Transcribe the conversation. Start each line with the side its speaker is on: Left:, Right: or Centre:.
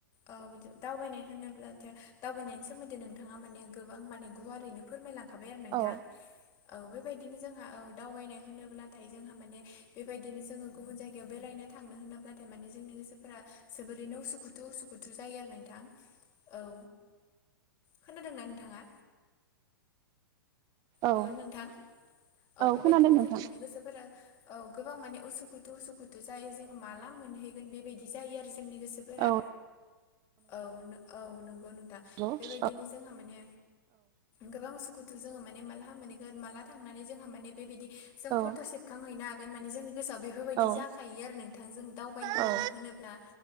Left: औ बिदि दावबायनाय होनोब्लाथ' दावबायनायनि सोमोन्दै नोंथाङा माने गोबां माने गुवारैनो फोरमायलांखाबाय आरो नोंथां,
Right: औ
Left: औ बेबायदिनो जोंहा औ दावबायनाय होनोब्लाथाय जोंहा माने बेबायदिनो जोंङो गुबुन जायगायाव बेरायनो थांनो होनोब्लाथाय माने जोंनि गोसोफोरा जोबोरैनो उसुखुथु उसु खुथु जायो आरो नोंथां, औ। खोनादों ना, नोंथांङा?
Right: औ
Left: हेल' नोंथां औ बेबायदिनो
Right: खोनादों नोंथां
Left: जोंहा माने गोसोफोरा औ गोबां माने उसुखुथु उसुखुथु जायो जोङो माला मोनहै होगोन बेबायदि जायो आरो जोंनि गोसोफोरा
Right: औ
Left: औ औ नंगौ नोंथां
Right: नंगौ
Left: बेबायदिनो
Right: औ
Left: जोंहा माने गोबां उसुखुथु जोंङो माने मालाहा मोनहगोन माला थांनानै जोंहा माने बेबायदि जों
Right: औ
Left: फट' सेप खां हैनो हागोन मान जोंनि गोसोआव बे बेफोरबायदि
Right: औ
Left: जाखायो आरो नोंथांजों दावबायनो थांनो
Right: औ
Left: होनोब्ला